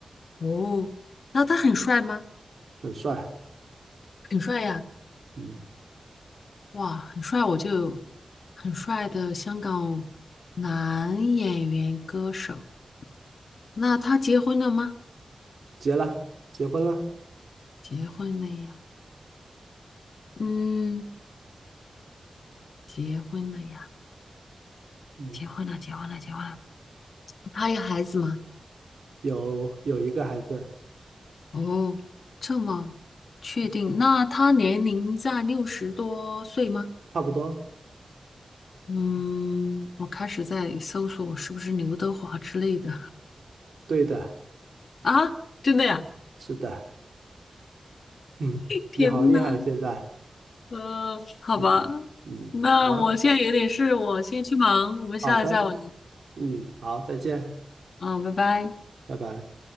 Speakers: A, on the left (about 65°); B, on the right (about 70°).
A: 哦，那他很帅吗？
B: 很帅，
A: 很帅呀。
B: 嗯，
A: 哇，很帅，我就很帅的香港男演员歌手。那他结婚了吗？
B: 结了，结婚了，
A: 结婚了呀，嗯，结婚了呀，
B: 嗯，
A: 结婚了，结婚了，结婚了。他有孩子吗？
B: 有有一个孩子，
A: 哦，这么确定？那他年龄在六十多岁吗？
B: 差不多，
A: 嗯，我开始在搜索我是不是刘德华之类的
B: 对的，
A: <laughs> 啊？真的呀？
B: 是的，嗯，
A: <laughs> 天呐！
B: 你好厉害，现在，
A: 呃，好吧，
B: 嗯嗯，
A: 那我现在有点事，
B: 好，
A: 我先去忙，我们下次再玩。
B: 好的，嗯，好，再见，
A: 嗯，拜拜。
B: 拜拜。